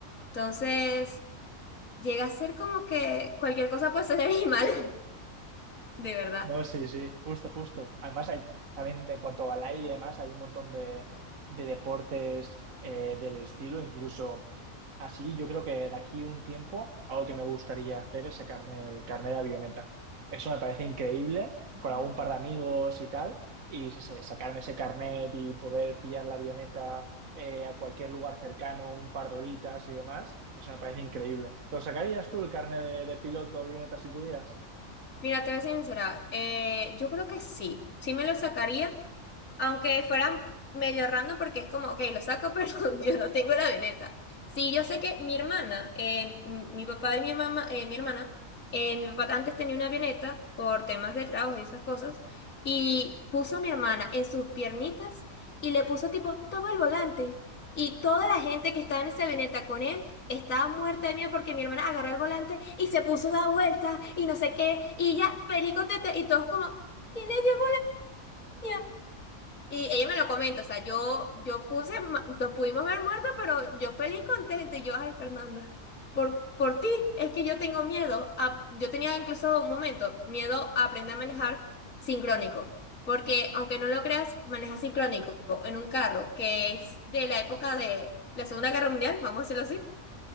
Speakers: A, on the left; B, on the right.
A: Entonces, llega a ser como que cualquier cosa puede ser animal, <laughs> de verdad.
B: No, sí, sí, justo, justo. Además, hay, también en cuanto al aire y demás, hay un montón de, de deportes eh, del estilo, incluso así, yo creo que de aquí un tiempo, algo que me gustaría hacer es sacarme el carnet de avioneta. Eso me parece increíble,
A: Mm.
B: con algún par de amigos y tal, y se- se- sacarme ese carnet y poder pillar la avioneta eh, a cualquier lugar cercano, un par de horitas y demás, eso me parece increíble. ¿Te lo sacarías tú el carnet de, de piloto de avioneta si pudieras?
A: Mira, te voy a ser sincera, eh, yo creo que sí, sí me lo sacaría, Aunque fueran medio random porque es como, ok, lo saco, <laughs> pero yo no tengo la veneta. Sí, yo sé que mi hermana, eh, m- mi papá y mi mamá, eh, mi hermana, eh, mi papá antes tenía una avioneta por temas de trabajo y esas cosas, y puso a mi hermana en sus piernitas y le puso tipo, toma el volante. Y toda la gente que estaba en esa avioneta con él estaba muerta de miedo porque mi hermana agarró el volante y se puso a dar vueltas y no sé qué, y ya feliz contenta, y todos como, ¿quién le dio el volante? Y ella me lo comenta, o sea, yo, yo puse, ma- nos pudimos ver muertos, pero yo feliz, contenta, y yo, ay, Fernanda, por, por ti, es que yo tengo miedo, a- yo tenía incluso un momento, miedo a aprender a manejar sincrónico, porque aunque no lo creas, manejar sincrónico en un carro que es de la época de la Segunda Guerra Mundial, vamos a decirlo así,